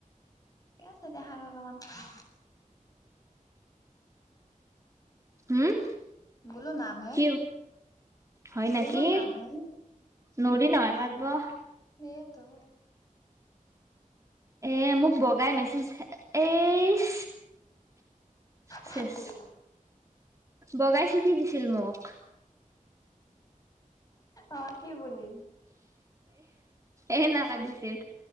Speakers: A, on the left; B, on the right.
A: ঠিকেই আছে দেহাত অলমান কালি
B: হম,
A: বোলো নামহে
B: কি, হয় নেকি?
A: বোলো নামহে
B: নৰি নহয় কাৰ ব
A: সেয়েতো।
B: এ মোক বগাই মেচেজ, এইচ চেচ,
A: কি বুলি
B: বগাই চিঠি দিছিল মোক।
A: অ'। অ, কি বুলি?
B: এনেকে দিছিল।